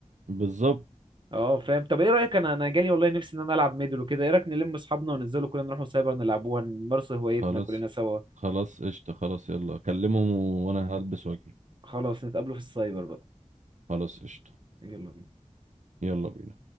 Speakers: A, on the right (about 75°); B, on the right (about 40°).
A: بالظبط
B: اه فاهم طب ايه رايك انا انا جالي والله نفسي ان انا العب ميدل وكده ايه رايك نلم اصحابنا وننزلوا كلنا نروحوا سايبر نلعبوها نمارسوا هوايتنا
A: خلاص
B: كلنا سوا
A: خلاص قشطة خلاص يلا كلمهم وانا هلبس واجي
B: خلاص نتقابلوا في السايبر بقى
A: خلاص قشطة
B: يلا بينا
A: يلا بينا